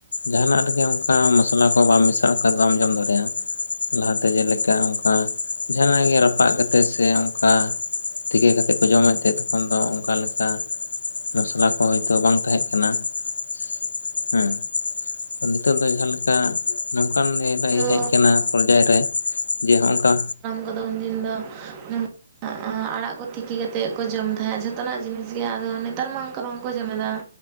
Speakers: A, on the left; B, on the right.
A: ᱡᱟᱦᱟᱱᱟᱜ ᱨᱮᱜᱮ ᱚᱱᱠᱟ ᱢᱚᱥᱞᱟ ᱠᱚ ᱵᱟᱢ ᱢᱮᱥᱟ ᱟᱜ ᱠᱷᱟᱡ ᱫᱚ ᱵᱟᱢ ᱡᱚᱢ ᱫᱟᱲᱮᱭᱟᱜ-ᱟ ᱾ ᱞᱟᱦᱟᱛᱮ ᱡᱮᱞᱮᱠᱟ ᱚᱱᱠᱟ ᱡᱟᱦᱟᱱᱟᱜ ᱜᱮ ᱨᱟᱯᱟᱜ ᱠᱟᱛᱮᱫ ᱥᱮ ᱚᱱᱠᱟ ᱛᱮᱠᱮ ᱠᱟᱛᱮ ᱠᱚ ᱡᱚᱢᱮᱫ ᱛᱟᱦᱮᱸᱜ ᱛᱚᱠᱷᱚᱱ ᱫᱚ ᱚᱱᱠᱟ ᱞᱮᱠᱟ ᱢᱚᱥᱞᱟ ᱠᱚ ᱦᱚᱭᱛᱳ ᱵᱟᱝ ᱛᱟᱦᱮᱸᱜ ᱠᱟᱱᱟ ᱾ ᱦᱩᱸ ᱱᱤᱛᱳᱜ ᱫᱚ ᱡᱟᱦᱟᱸ ᱞᱮᱠᱟ ᱱᱚᱝᱠᱟᱱ ᱤᱭᱟᱹᱨᱮ
B: ᱟᱫᱚ
A: ᱦᱮᱡ ᱟᱠᱟᱱᱟ ᱯᱚᱨᱡᱟᱭ ᱨᱮ ᱡᱮ ᱦᱚᱸᱜ-ᱚᱝᱠᱟ
B: ᱟᱫᱚ ᱩᱱᱫᱤᱱ ᱫᱚ ᱱᱚ ᱟ-ᱟ ᱟᱲᱟᱜ ᱠᱚ ᱛᱤᱠᱤ ᱠᱟᱛᱮᱫ ᱠᱚ ᱡᱚᱢ ᱛᱟᱦᱮᱸᱜ ᱡᱷᱚᱛᱚᱱᱟᱜ ᱡᱤᱱᱤᱥ ᱜᱮ ᱟᱫᱚ ᱱᱮᱛᱟᱨ ᱢᱟ ᱚᱱᱠᱟ ᱵᱟᱝ ᱠᱚ ᱡᱚᱢᱮᱫᱟ